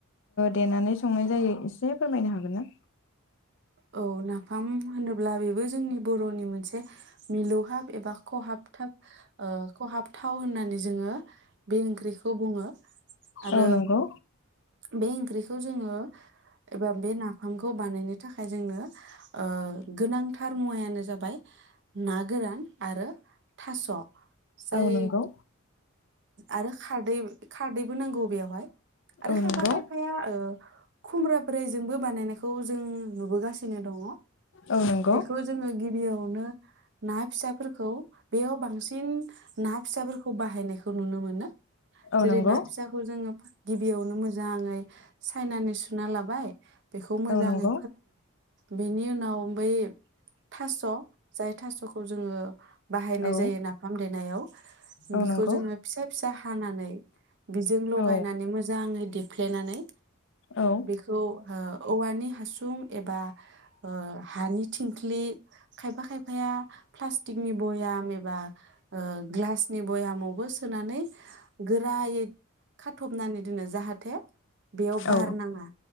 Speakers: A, on the left (about 60°); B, on the right (about 55°).
A: देनानै संनाय जायो एसे फोरमायनो हागोन ना?
B: औ नाफाम होनोब्ला बेबो जोंनि बर'नि मोनसे मिलौहाब एबा खहाबथाब ओ खहाबथाव होननानै जोङो बे ओंख्रिखौ बुङो। आरो
A: औ नंगौ
B: बे ओंख्रिखौ जोङो एबा बे नाफामखौ बानायनो थाखाय खाय जोंनो ओ गोनांथार मुवायानो जाबाय ना गोरान आरो थास' जाय
A: औ नंगौ
B: आरो खारदै खारदैबो नांगौ बेयावहाय आरो
A: औ
B: खायफा
A: नंगौ
B: खायफाया ओ खुब्रा बोरायजोंबो बानायनायखौ जों नुबोगासिनो दङ
A: औ नंगौ
B: बेखौ जोङो गिबियाव नो ना फिसाफोरखौ बेयाव बांसिन ना फिसाफोरखौ बाहायनायखौ नुनो मोनो
A: औ
B: जेरै
A: नंगौ
B: ना फिसाखौ जोङो गिबियावनो मोजाङै चाइनानि सुना लाबाय बेखौ मोजाङै
A: औ नंगौ
B: बेनि उनाव बै थास' जाय थास'खौ जोङो बाहायनाय
A: औ
B: जायो नाफाम देनायाव।
A: औ
B: बिखौ
A: नंगौ
B: जोङो फिसा फिसा हानानै बिजों लगायनानै
A: औ
B: मोजाङै दे फ्लेनानै
A: औ
B: बेखौ ओ औवानि हासुं सुं एबा ओ हानि थिंख्लि खायफा खायफाया प्लास्टिकनि बयाम एबा ओ ग्लासनि बयामावबो सोनानै गोरायै खाथबनानै दोनो जाहाथे बेयाव बार
A: औ
B: नाङा